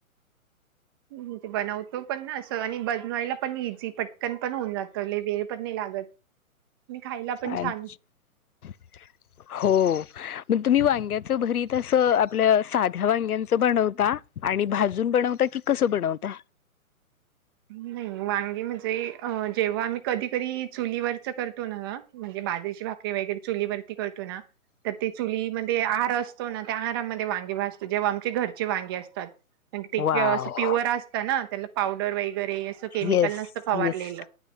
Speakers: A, on the right (about 15°); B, on the left (about 85°).
A: ह ते बनवतो पण ना असं आणि बनवायला पण इझी पटकन पण होऊन जातं वेळ पण नाही लागत. आणि खायला पण
B: अच्छा
A: छान.
B: हो. मग तुम्ही वांग्याच भरीत अस आपल्या साध्या वांग्यांच बनवता आणि भाजून बनवता की कस बनवता?
A: नाही वांगी म्हणजे अ जेव्हा आम्ही कधी की चुलीवरच करतो ना म्हणजे बाजरीची भाकरी वगैरे चुलीवरती करतो ना? तर ते चुलीमध्ये आर असतो ना त्या आरामध्ये वांगे वाजतो जेव्हा आमचे घर ची वांगी असतात ते की
B: वाव
A: पिवर असत ना त्यांना पावडर वगैरे अस केमिकल
B: येस
A: नसत फवारलेल
B: येस